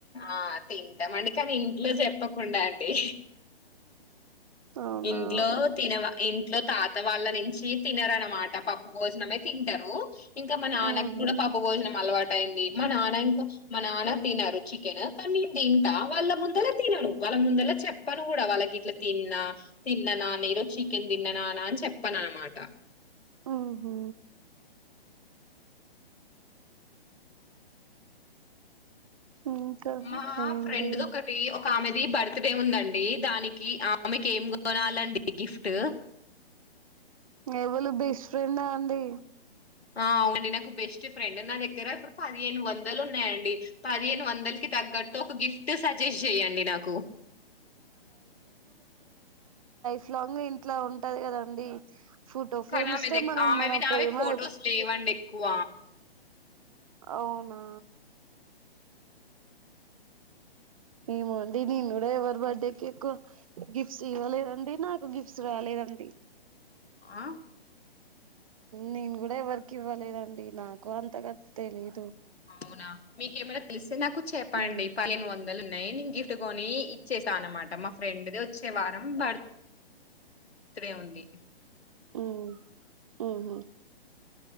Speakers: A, on the left (about 80°); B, on the right (about 35°).
A: ఆ తి టం అండి కాని ఇంట్లో చెప్పకుండా అండి
B: అవునా
A: ఇంట్లో తినవా ఇ లో తాత వాళ్ళ నుంచి తినారనమాట పప్ భోజనమే తింటరు ఇంకా మా నాన్నక్కూడా
B: ఉహు
A: పప్పు భోజనం అలవాట్ అయింది మా నాన్న ఇంకా మా నాన్న తినరు చికెన్ ఆ కాని నేను తింటా వాళ్ళ ముందల తినను వాళ్ళ ముందల చె ప్పను కూడా వాళ్ళకిట్ల తిన్నా తిన్ననా నే ఈరోజు చికెన్ తిన్ననానా అని చెప్పను అనమాట
B: ఉహూ ఇంకా
A: మా
B: అదేంది
A: ఫ్రెండ్ది ఒకటి ఒక ఆమెది బర్త్ డే ఉందండి దానికి ఆ మీకు ఏం కొనాలండి గిఫ్ట్
B: ఎవళు బెస్ట్ ఫ్రెండా అండి
A: ఆ అవునండి నాకు బెస్ట్ కి ఫ్రెండ్ నా దగ్గర ఇప్పుడు పదిహేను వందలు ఉన్నాయండి. పదిహేను వందలకి తగ్గట్టు ఒక గిఫ్ట్ సజెస్ట్ జేయండి నాకు,
B: ఫ్లాంగ్ ఇంట్లో ఉంటది కదండి ఫోటో
A: కానీ
B: ఫ్రేమ్
A: ఆమె
B: ఇస్తే
A: దెగ్
B: మనం
A: ఆమెవి
B: మన
A: నావి
B: ప్రేమ
A: ఫొటోస్ లేవండి ఎక్కువ
B: అవునా ఏమో అండి నేను కూడా ఎవరి బర్త్ డే కి ఎక్కువ గిఫ్ట్స్ ఇవ్వలేదండి నాకు గిఫ్ట్స్ రాలేదండి.
A: ఆ
B: నేను కూడా ఎవరికి ఇవ్వలేదండి నాకు అంతగా తెలీదు
A: అవునా మీకేమైనా తీస్ నాకు చెప్పండి
B: మ్మ్
A: పదిహేను వందలు నైనింగ్ గిఫ్ ట్టుకొని ఇచ్చేస్తా అనమాట మా ఫ్రెండ్ ది వచ్చే వారం బర్త్ ర్త్ డే ఉంది
B: ఉ ఊహూ